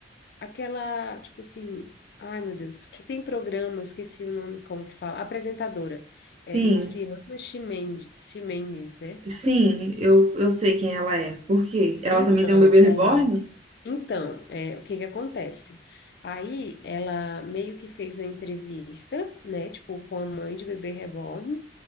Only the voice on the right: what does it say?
sim.
Sim, eu, eu sei quem ela é. Por quê? Ela
também tem um bebê reborn?